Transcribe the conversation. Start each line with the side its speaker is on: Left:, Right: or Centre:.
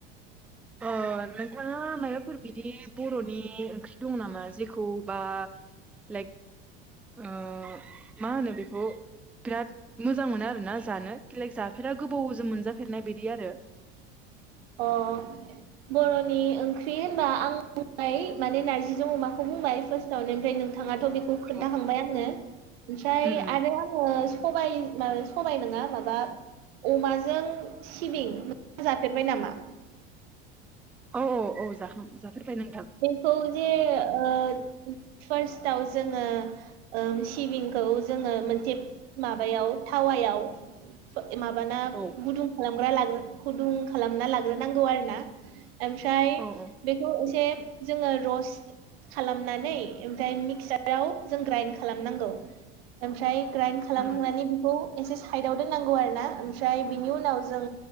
Centre: अ नोंथाङा मायाबाफोर बिदि बर'नि ओंख्रि दं नामा जेखौ बा लाइक ओ मा होनो बेखौ बिराद मोजां मोनो आरोना जानो बेलक जाफेरा गोबावजों मोनजाफेरनाय बिदि आरो
Right: अ बर'नि ओंख्रि होनबा आं ओमफ्राय माने नारजिजों अमाखौ बुंबाय फार्स्टआवनो ओमफ्राय नोंथाङाथ' बे बे खौ खोन्थाखांबाय
Centre: उम
Right: आङो ओमफ्राय
Centre: उम
Right: आरो आङो सबाय मा सबबाय नङा माबा अमाजों सिबिं जा फेरबाय नामा?
Centre: औ औ औ जाखां जाफेरबाय नोंथां।
Right: खौ जे ओ फार्स्टआव जोङो ओम सिबिंखौ जोङो मोनसे माबायाव थावायाव ओ माबाना
Centre: औ
Right: गुदुं खालामग गुदुं खालामना लाग्रोनांगौ आरो ना ओमफ्राय
Centre: औ उम
Right: बेखौ एसे जोङो रस्ट खालामनानै ओमफ्राय मिक्साराव जों ग्राइड खालामनांगौ ओमफ्राय ग्राइन्ड खालामखांनानै
Centre: उम
Right: बेखौ एसे साइदाव दोननांगौ आरो ना ओमफ्राय बिनि उनाव जों